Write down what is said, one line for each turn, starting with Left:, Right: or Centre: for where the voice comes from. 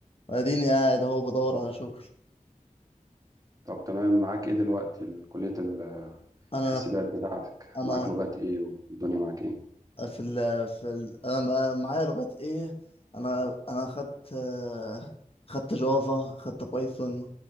Left: واديني قاعد اهو بدور على شغل
Right: طب تمام معاك ايه دلوقتي ال- كلية ال-
Left: انا
Right: الحاسبات بتاعتك
Left: انا
Right: معاك لغات ايه والدنيا معاك ايه
Left: في ال في ال انا بقى معايا لغات ايه انا انا خدت آه، خدت جافا خدت بايثون